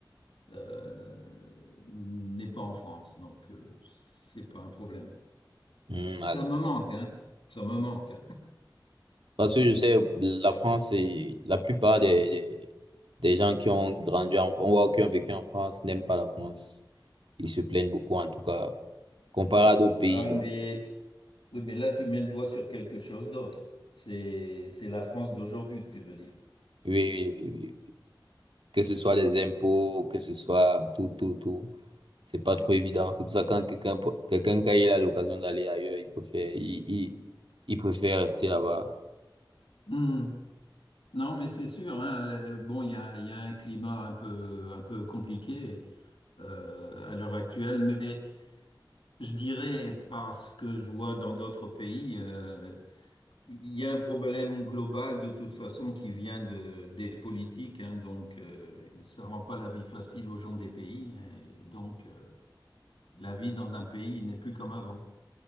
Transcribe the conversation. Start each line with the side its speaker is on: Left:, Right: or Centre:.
Left: euh, n'est pas en France, donc euh, c'est pas un problème.
Right: Hmm,
Left: Ça
Right: ah, d'accord.
Left: me manque, hein. Ça me manque.
Right: Parce que je sais, la France, c'est la plupart des, des, des gens qui ont grandi en France, ou qui ont vécu en France, n'aiment pas la France. Ils se plaignent beaucoup, en tout cas, comparé à d'autres
Left: Ah,
Right: pays. Donc,
Left: mais, oui, mais là, tu mets le doigt sur quelque chose d'autre. C'est, c'est la France d'aujourd'hui que tu veux dire.
Right: oui, oui, oui, oui. que ce soit les impôts, que ce soit tout, tout, tout. C'est pas trop évident. C'est pour ça que quand quelqu'un, quelqu'un, quand il a l'occasion d'aller ailleurs, il préfère, il, il, il préfère rester là-bas.
Left: Hmm. Non, mais c'est sûr, hein, euh, Bon, il y a, il y a un climat un peu, un peu compliqué euh, à l'heure actuelle, mais je dirais, parce que je vois dans d'autres pays, euh, il y a un problème global de toute façon qui vient de, des politiques, hein, donc euh, ça rend pas la vie facile aux gens des pays, hein, et donc euh, la vie dans un pays n'est plus comme avant.